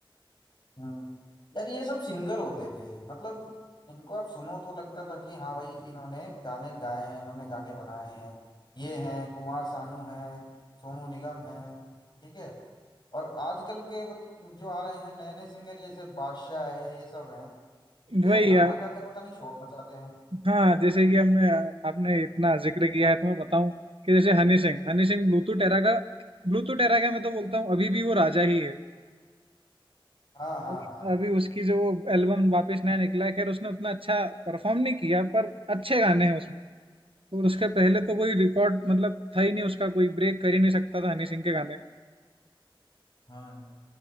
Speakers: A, on the left; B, on the right.
A: हम्म यार ये सब सिंगर होते थे मतलब इनको आप सुनो तो लगता था कि हाँ भाई इन्होंने गाने गाए हैं इन्होंने गाने बनाए हैं ये हैं कुमार सानू हैं सोनू निगम हैं ठीक है और आजकल के बत- जो आ रहे हैं नए नए सिंगर जैसे बादशाह है ये सब हैं
B: है
A: ये सब
B: वही
A: गाना
B: है
A: गाते पता नहीं शोर मचाते हैं
B: हाँ जैसे कि हमने आपने इतना जिक्र किया है तो मैं बताऊं कि जैसे हनी सिंह हनी सिंह ब्लूटूथ एरा का ब्लूटूथ एरा का मैं तो बोलता हूँ अभी भी वो राजा ही है
A: हाँ हाँ
B: अभी
A: हाँ
B: अभी उसकी जो वो एल्बम वापस नया निकला है खैर उसने उतना अच्छा परफॉर्म नहीं किया पर अच्छे गाने हैं उसमें और उसके पहले तो कोई रिकॉर्ड मतलब था ही नहीं उसका कोई ब्रेक कर ही नहीं सकता था हनी सिंह के गाने
A: हाँ